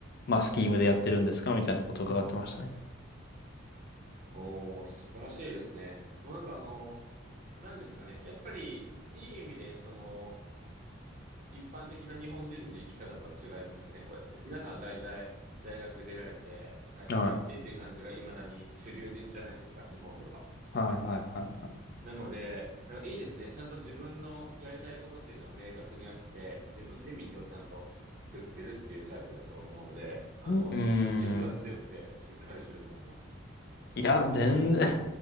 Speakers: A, on the left; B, on the right.
A: まあ、スキームでやってるんですかみたいなことを伺ってましたね。
B: おー、素晴らしいですね。もうなんかあの、なんですかね。やっぱり、いい意味で、その、一般的な日本人の生き方とは違いますよね、こうやって。皆さん大体、大学出られて、会社入ってっていう感じが未だに主流で、
A: は
B: じゃないですか、日本では。
A: い。はい、はい、はい。
B: なので、なんかいいですね。ちゃんと自分のやりたいことっていうのが明確にあって、自分で道をちゃんと作ってるっていうタイプだと思うので、あの、
A: ううーん。
B: 軸が強くてしっかりしてると思います。
A: いや、全然 <laughs>